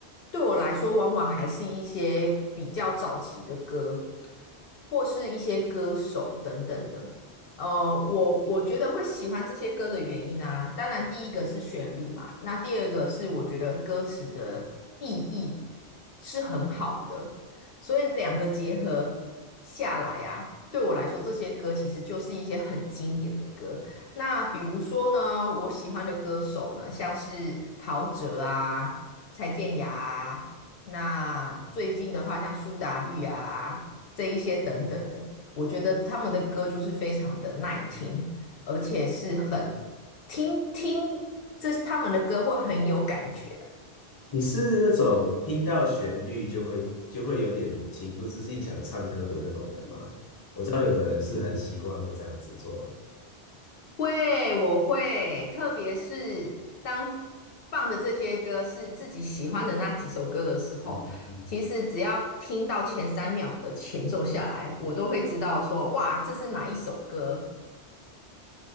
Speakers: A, on the left; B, on the left.
A: 对我来说，往往还是一些比较早期的歌，或是一些歌手等等的。呃，我我觉得会喜欢这些歌的原因啊，当然第一个是旋律嘛，那第二个是我觉得歌词的意义是很好的，所以两个结合。下来啊，对我来说，这些歌其实就是一些很经典的歌。那比如说呢，我喜欢的歌手呢，像是陶喆啊、蔡健雅啊，那最近的话像苏打绿啊这一些等等的，我觉得他们的歌就是非常的耐听，而且是很听听这他们的歌会很有感觉
B: 你是那种听到旋律就会就会有点情不自禁想唱歌的那种人吗？我知道有的人是很习惯会这样子做。
A: 会，我会，特别是当放的这些歌是自己喜欢的那几首歌的时候，
B: 嗯嗯。
A: 其实只要听到前三秒的前奏下来，我都会知道说，哇，这是哪一首歌。